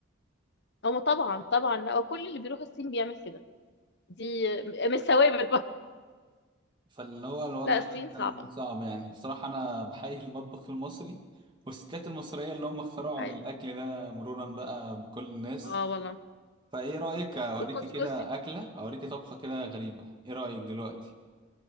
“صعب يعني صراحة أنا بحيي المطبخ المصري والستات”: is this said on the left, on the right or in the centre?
Right